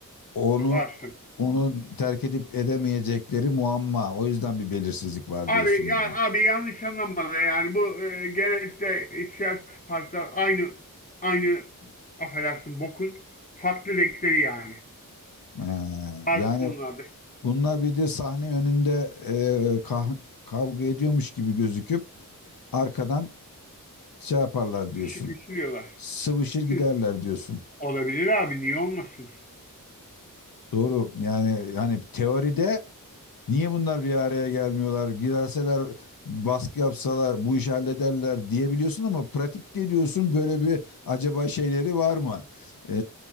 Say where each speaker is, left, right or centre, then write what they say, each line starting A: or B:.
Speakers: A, on the left; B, on the left.
A: Onu
B: Var
A: onu terk edip edemeyecekleri muamma o yüzden bir belirsizlik var
B: Abi
A: diyorsun
B: ya
A: yani.
B: abi yanlış anlamadı yani bu e, genellikle siyasi partiler aynı aynı affedersin bokun farklı renkleri yani.
A: Ha,
B: Bazı
A: yani
B: konularda
A: bunlar bir de sahne önünde e, kah- kavga ediyormuş gibi gözüküp arkadan şey yaparlar
B: işi
A: diyorsun.
B: pişiriyorlar.
A: Sıvışır giderler
B: Hı,
A: diyorsun.
B: Olabilir abi niye olmasın?
A: Doğru. Yani hani teoride niye bunlar bir araya gelmiyorlar? Girerseler baskı yapsalar bu işi hallederler diyebiliyorsun ama pratikte diyorsun böyle bir acaba şeyleri var mı? Ee,